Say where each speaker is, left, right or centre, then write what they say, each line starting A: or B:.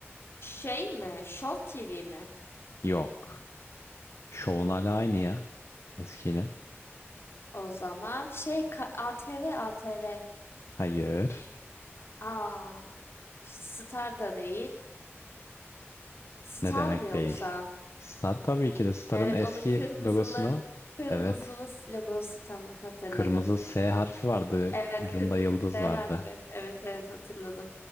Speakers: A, on the left; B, on the left.
A: Şey mi? Show TV mi?
B: Yok. Şovun hala aynı ya eskiyle.
A: O zaman şey ka- ATV ATV.
B: Hayır.
A: Aa, Star da değil. Star
B: Ne demek
A: mı yoksa?
B: değil? Star tabii ki de Star'ın
A: Evet
B: eski
A: onun kırmızılı
B: logosunu
A: kırmızılı
B: evet
A: logosu tamam hatırladım.
B: kırmızı S harfi vardı.
A: Evet
B: Ucunda
A: kırmızı
B: yıldız
A: S
B: vardı.
A: harfi. Evet evet hatırladım.